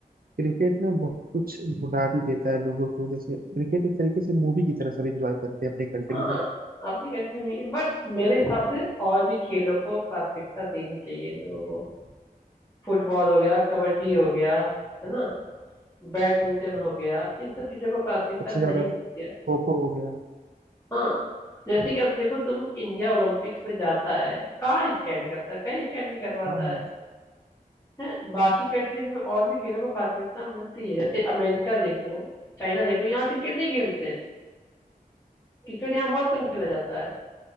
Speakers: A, on the right; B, on the left.
A: क्रिकेट ना बहुत कुछ भुला भी देता है लोगों को जैसे क्रिकेट एक तरीके से मूवी की तरह सब एंजॉय करते हैं अपने कंट्री
B: हाँ
A: में
B: आपने कंटिन्यू बट मेरे हिसाब से और भी खेलों को प्राथमिकता देनी चाहिए इन लोगों को फुटबॉल हो गया कबड्डी हो गया है ना बैडमिंटन हो गया इन सब चीजों को प्राथमिकता
A: सबसे ज्यादा
B: नहीं मिलती है
A: खो खो हो गया
B: हाँ जैसे कि अब देखो तुम इंडिया ओलंपिक्स में जाता है कहाँ स्टैंड करता है कहीं स्टैंड नहीं कर पाता
A: हाँ हाँ
B: है, हैं? बाकी कंट्रीज में और भी खेलों को प्राथमिकता मिलती है जैसे अमेरिका देख लो चाइना देख लो यहाँ क्रिकेट नहीं खेलते हैं। क्रिकेट यहाँ बहुत कम खेला जाता है